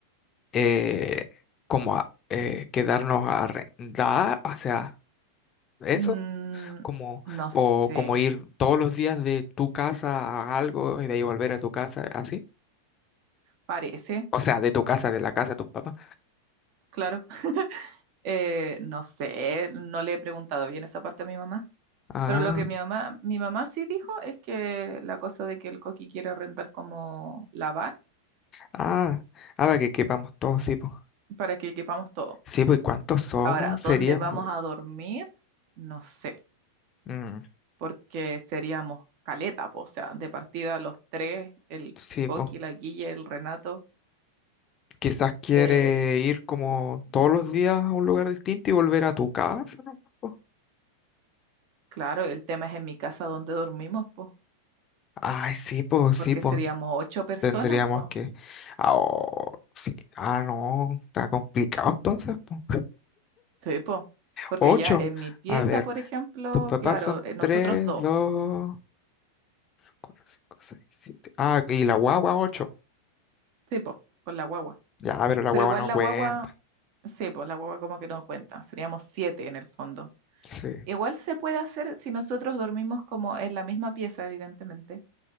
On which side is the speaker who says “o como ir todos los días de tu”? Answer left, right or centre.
Left